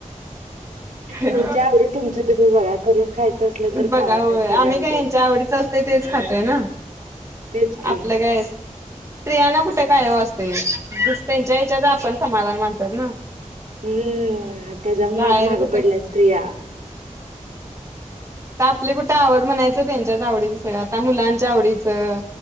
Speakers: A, on the right; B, on the right.
A: नाही
B: तुमच्या आवडी तुमच तुम्ही बघा, करून खायचं असल तर
A: बघा
B: खावा
A: होय
B: नाही तर
A: आम्ही
B: राहुदे
A: काय यांच्या आवडीच असतय तेच खातोय ना,
B: तेच की
A: आपलं काय स्त्रियांना कुठे काय ओ असतय, त्यांच्या याच्यातच आपण समाधान मानतात ना.
B: हम्म, त्याज्यामुळच
A: बाहेर
B: माग
A: कुठे
B: पडल्यात स्त्रिया.
A: <unintelligible> कुठ आवड म्हणाय त्यांच्याच आवडीच सगळं आता मुलांच्या आवडीचं